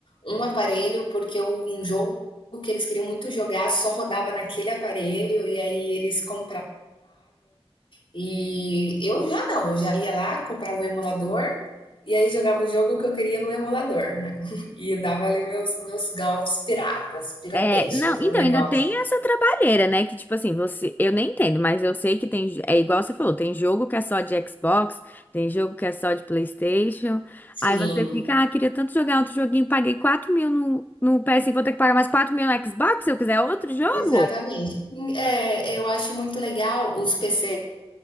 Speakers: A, on the left; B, on the left.
A: um aparelho porque um jogo que eles queriam muito jogar só rodava naquele aparelho e aí eles compravam. E eu já não, eu já ia lá, comprava o emulador e aí jogava o jogo que eu queria no emulador, né? <laughs> E dava ali meus, meus golpes piratas, pirateations
B: É, não, então
A: no negócio.
B: ainda tem essa trabalheira, né? Que tipo assim, você, eu nem entendo, mas eu sei que tem, é igual você falou, tem jogo que é só de Xbox, tem jogo que é só de PlayStation. Aí
A: Sim.
B: você fica, ah, queria tanto jogar outro joguinho, paguei 4 mil no, no PS e vou ter que pagar mais 4 mil no Xbox se eu quiser outro jogo?
A: Exatamente. É, eu acho muito legal os PC